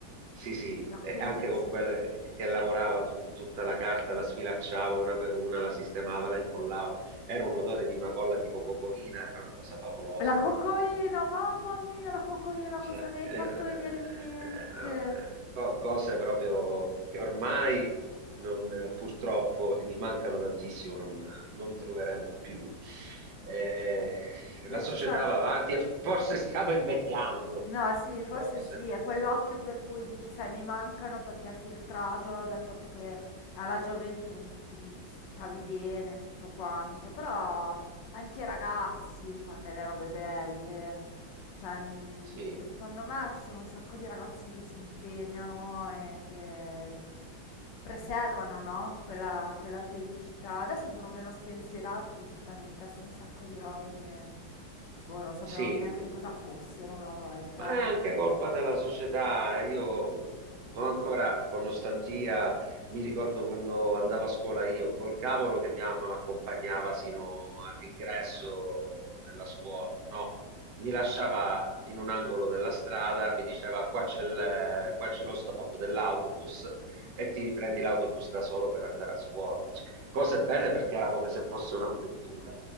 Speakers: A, on the right (about 70°); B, on the left (about 75°).
A: sì, sì,
B: L'occhio
A: e anche
B: ris-
A: con
B: sì.
A: quella che lavorava tut- tutta la carta, la sfilacciava una per una, la sistemava, la incollava. Era un odore di una colla tipo cocoina, era una cosa favolosa.
B: La cocoina, mamma mia, la cocoina,
A: Cioè,
B: cosa mi hai
A: eh,
B: fatto venire in mente?
A: co- cose proprio che ormai non- purtroppo, e mi mancano tantissimo, non, non troveremo più. Eh,
B: Beh,
A: la società
B: ci sono.
A: va avanti, e forse stiamo invecchiando,
B: No, sì, forse
A: forse.
B: sì, è quell'occhio per cui dici, sai, mi mancano perché è filtrato dal fatto che alla gioventù, quindi tu stavi bene, tutto quanto, però anche i ragazzi fanno delle robe belle, cioè, mm,
A: Sì,
B: secondo me ci sono un sacco di ragazzi che si impegnano e che preservano, no? Quella, quella felicità. Adesso sono meno spensierati, gli buttano in testa un sacco di robe che... Boh, non sapevamo
A: sì.
B: neanche cosa fossero una volta.
A: Ma è anche colpa della società. Io ho ancora con nostalgia, mi ricordo quando andavo a scuola io, col cavolo che mia mamma mi accompagnava sino all'ingresso della scuola. No, mi lasciava in un angolo della strada, mi diceva qua c'è il- qua c'è lo stop dell'autobus e ti prendi l'autobus da solo per andare a scuola. Cioè, cose belle perché era come se fosse un'avventura.